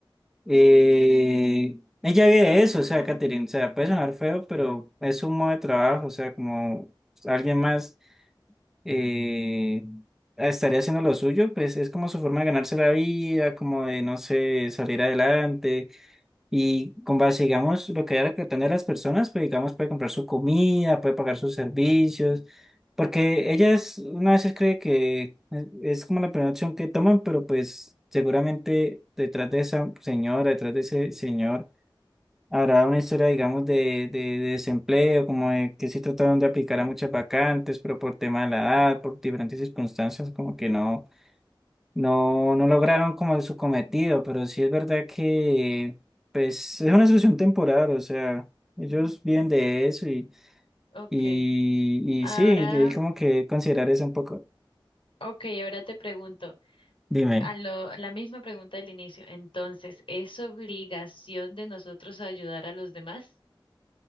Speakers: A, in the centre; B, on the left.
A: Eh, ella vive de eso, o sea, Catherine, o sea, puede sonar feo, pero es un modo de trabajo, o sea, como alguien más eh, estaría haciendo lo suyo, pues es como su forma de ganarse la vida, como de, no sé, salir adelante, y con base, digamos, lo que haya que tener las personas, pues digamos, puede comprar su comida, puede pagar sus servicios, porque ellas una vez cree que es es como la primera opción que toman, pero pues seguramente detrás de esa señora, detrás de ese señor, habrá una historia, digamos, de, de, de desempleo, como de que sí trataron de aplicar a muchas vacantes, pero por tema de la edad, por diferentes circunstancias, como que no. No, no lograron como su cometido, pero sí es verdad que pues es una solución temporal, o sea, ellos viven de eso y,
B: Ok,
A: y,
B: ahora.
A: y sí, de ahí como que considerar eso un poco.
B: Ok, ahora te pregunto,
A: Dime,
B: a lo- la misma pregunta del inicio. Entonces, ¿es obligación de nosotros ayudar a los demás?